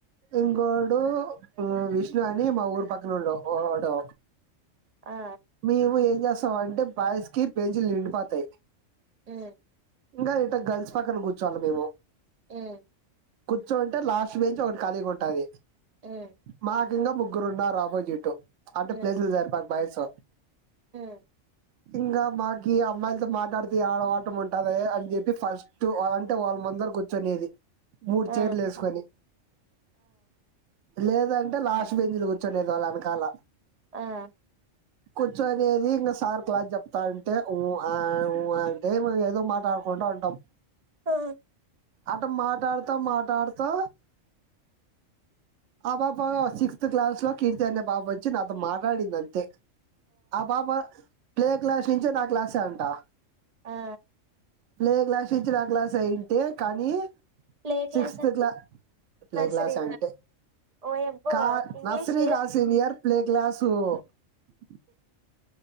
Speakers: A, on the right; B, on the right.
A: ఇంకోడు విష్ణు అని మా ఊరు పక్కన ఉండ వాడు.
B: ఆ
A: మేము ఏం చేస్తాం అంటే బాయ్స్ కి బెంచీలు నిండిపోతాయి.
B: హమ్
A: ఇంకా ఇట గర్ల్స్ పక్కన కూర్చోవాలి మేము.
B: ఉమ్
A: కూర్చోంటే లాస్ట్ బెంచు ఒకటి ఖాళీగా ఉంటది
B: ఉమ్
A: మా ఇంకా ముగ్గురు ఉన్నరూ ఆపోజిట్ అంటే
B: ఉమ్
A: ప్లేసులు జరిపాక బాయ్స్
B: ఉమ్
A: ఇంకా మాకి అమ్మాయిలతో మాట్లాడితే ఆడవాటం ఉంటద అని చెప్పి ఫస్ట్ అంటే వాళ్ళు మా ముందర కూర్చొనేది మూడు
B: ఆ
A: చైర్లు వేసుకొని లేదంటే లాస్ట్ బెంచిలో కూర్చొనిదు వాళ్ళ వెనకాల
B: ఉమ్
A: కూర్చనేది ఇంకా సార్ క్లాస్ చెప్తాంటే అంట ఉహ్ ఆహ్ ఏదో మాట్లాడుకుంట ఉంటా ఉంటామ్
B: <unintelligible>
A: ఆటమ్మా ఆట ఆడుతామ్మా ఆట ఆడుతా ఆ పాపా సిక్స్త్ క్లాస్ లో కీర్తి అనే పాపా వచ్చి నాతో మాట్లాడింది అంతే, ఆ పాప ప్లే క్లాస్ నుంచే నా క్లాస్ ఏ అంటా.
B: ఆ
A: ప్లే క్లాస్ నుంచి నా క్లాస్ అయింటే కానీ,
B: ప్లే క్లాస్
A: సిక్స్త్
B: అంటే
A: క్లా ప్లే
B: నర్సరీ
A: క్లాస్ అంటే
B: ఓయబ్బో
A: కా
B: ఇంగ్లీషు
A: నర్సరీ కా సీనియర్ ప్లే క్లాసు <inaudible>